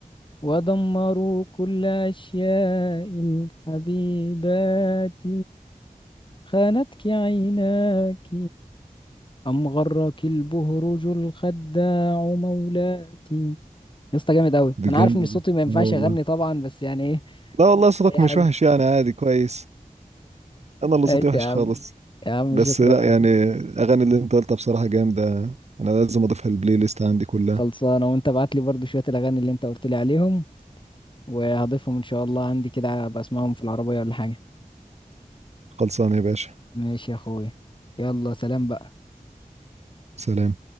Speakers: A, on the left; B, on the right.
A: ودمروا كل أشياء الحبيبات خانتك عيناك أم غرك البهرج الخداع مولاتي يا اسطى جامد أوي
B: دي
A: أنا
B: جامدة
A: عارف إن صوتي
B: دي
A: ما ينفعش
B: اه والله
A: أغني طبعا بس يعني إيه
B: لا والله صوتك
A: أي
B: مش
A: حاجة
B: وحش يعني عادي كويس انا اللي
A: ماشي
B: صوتي وحش
A: يا عم
B: خالص
A: يا عم
B: بس
A: شكرا
B: لا
A: يا عم
B: يعني اغاني اللي انت قلتها بصراحة جامدة انا لازم اضيفها البلاي ليست عندي كلها
A: خلصانة وأنت ابعت لي برضو شوية الأغاني اللي أنت قلت لي عليهم وهضيفهم إن شاء الله عندي كده أبقى أسمعهم في العربية ولا حاجة
B: خلصانة يا باشا
A: ماشي يا أخويا يلا سلام بقى
B: سلام